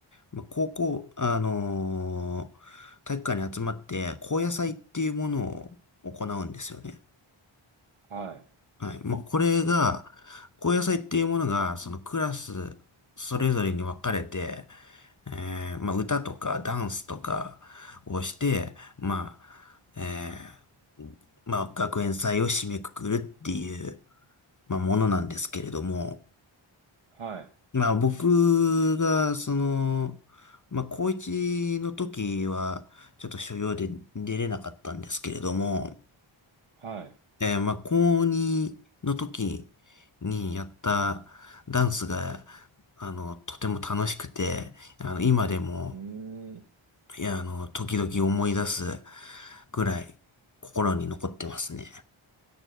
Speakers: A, on the left; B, on the right.
A: まあ、高校、あのー体育館に集まって、高野祭っていうものを行うんですよね。
B: はい。
A: はい。まあ、これが、高野祭っていうものが、そのクラス、それぞれに分かれて、えー、まあ、歌とかダンスとかをして、まあ、えー、まあ、学園祭を締めくくるっていう、まあ、ものなんですけれども、
B: はい。
A: まあ僕が、その、まあ高一の時は、ちょっと所用で出れなかったんですけれども、
B: はい。
A: えーまあ高二の時にやったダンスが、あの、とても楽しくて、あの、今でも、
B: うーん。
A: いや、あの、時々思い出すぐらい心に残ってますね。